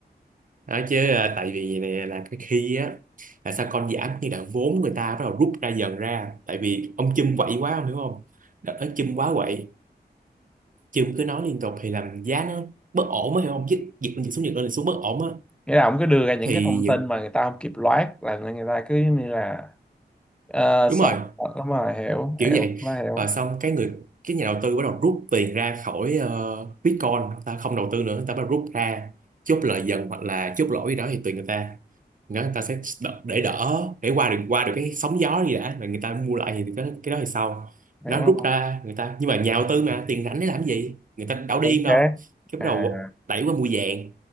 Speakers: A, on the right; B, in the centre.
A: nói chứ à, tại vì này là cái khi á là sao con giảm như là vốn người ta bắt đầu rút ra dần ra tại vì ông chum quậy quá ông hiểu không đợt đó chum quá quậy chum cứ nói liên tục thì làm giá nó bất ổn á hiểu không dịch dịch lên dịch xuống dịch lên dịch xuống bất ổn á
B: nghĩa là ông cứ đưa ra những
A: thì
B: cái thông
A: những
B: tin mà người ta không kịp loát là người ta cứ như là ờ,
A: đúng
B: sợ
A: rồi
B: đúng rồi hiểu
A: kiểu
B: hiểu
A: vậy
B: nó hiểu
A: rồi xong cái người cái nhà đầu tư bắt đầu rút tiền ra khỏi ờ, Bitcoin người ta không đầu tư nữa người ta bắt đầu rút ra chốt lời dần hoặc là chốt lỗ gì đó thì tùy người ta người ta sẽ đ- để đỡ để qua được qua được cái sóng gió gì đã rồi người ta mua lại thì cái, cái đó thì sau
B: hiểu
A: nó rút
B: không?
A: ra người ta nhưng mà nhà đầu tư mà tiền rảnh để làm cái gì người ta đâu điên
B: tử
A: đâu
B: khác
A: cái
B: à
A: bắt đầu đẩy qua mua vàng